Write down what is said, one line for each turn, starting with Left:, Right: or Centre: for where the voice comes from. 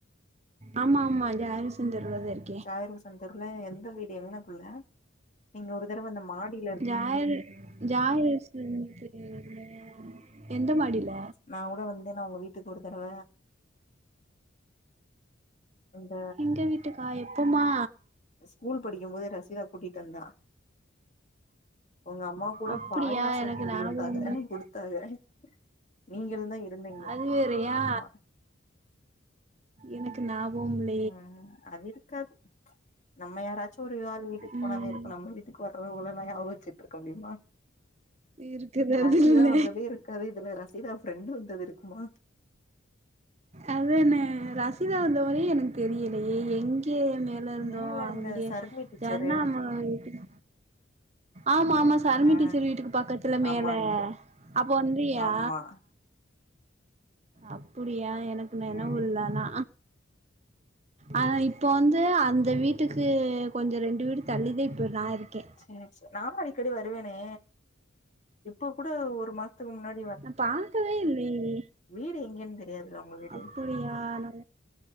Right: ஆமாமா ஜாயிர் உசேன் தெருவுல தா இரு
Left: ஜாயிர் உசேன் தெருவுல எந்த வீடு எங்னக்குள்ள? நீங்க ஒரு தடவ இந்த மாடி
Right: ஜாரு ஜாரு உசேன் தெருவுல எந்த மாடில?
Left: நா கூட வந்தே நா உங்க வீட்டுக்கு ஒரு தடவ. இந்த
Right: எங்க வீட்டுக்கா எப்பம்மா?
Left: ஸ்கூல் படிக்கும் போதே ரசிதா கூட்டிட் வந்தா. உங்க அம்மா கூட
Right: அப்படியா
Left: பாயாசோ
Right: எனக்கு
Left: கிண்டிருந்தாங்க
Right: ஞாபகம் இல்ல
Left: குடு த்தாக நீங்குளுந்தா இருந்திங்க
Right: அது வேறயா
Left: ஆம்மா.
Right: எனுக்கு ஞாவோம் இல்
Left: ம் அது இருக்காது நம்ம யாராச்சு ஒரு யாள் வீட்டுக்கு
Right: ம்
Left: போனாதே இருக்கு நம்ம வீட்டுக்கு வர்றவகள எல்லா ஞாபகொ வெச்சிட்ருக்க முடிமா?
Right: இருக்கிறது
Left: ரசிதா
Right: இல்ல
Left: வந்ததே இரு க்காது. இதுல ரசிதா ஃப்ரெண்டு வந்தது இருக்குமா?
Right: அதுன ரசிதா வந்த மரியே எனக் தெரியலையே எங்கே மே ல இருந்தோ
Left: மேல
Right: அங்கே
Left: இந்த சர்மி டீச்சரு
Right: என்னாமா இப்பிடி ஆமாமா
Left: அங்
Right: சருமி
Left: ஆ
Right: டீச்சர் வீட்டுக்கு பக்கத்துல மேல
Left: ஆமா அங்க
Right: அப்ப வந்தியா?
Left: ஆமா
Right: அப்புடியா எனக்கு நெனவு
Left: ம்
Right: இல்ல ஆனா. ஆ இப்ப வந்து அந்த வீட்டுக்கு கொஞ்சோ ரெண்டு வீடு தள்ளிதா இப்ப நா இருக்கே.
Left: சேர் சே நானு அடிக்கடி வருவேனே இப்ப கூட ஒரு மாசத்துக்கு முன்னாட்
Right: நா பாக்கவே இல்லியே
Left: வீடு எங்கன்னு தெரியாதுல உங்க வீடு
Right: அப்பிடியா நா